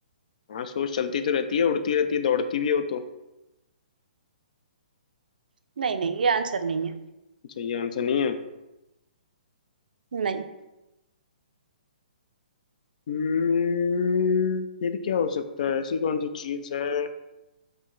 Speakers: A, on the left; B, on the right.
A: हाँ सोच चलती तो रहती है उड़ती रहती है दौड़ती भी है वो तो
B: नहीं नहीं ये आंसर नहीं है
A: अच्छा ये आंसर नहीं है
B: नहीं
A: हम्म फिर क्या हो सकता है ऐसी कौन सी चीज है अ,